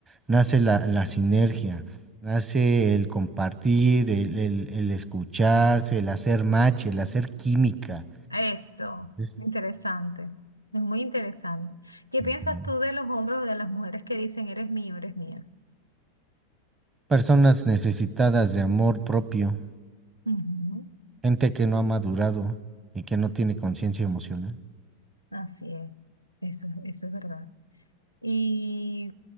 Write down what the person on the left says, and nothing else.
Eso,
interesante, es muy interesante. ¿Qué
piensas tú de los hombres o de las mujeres que dicen eres mío, eres mía?
Ujú,
Así es, eso, es- eso es verdad. Y,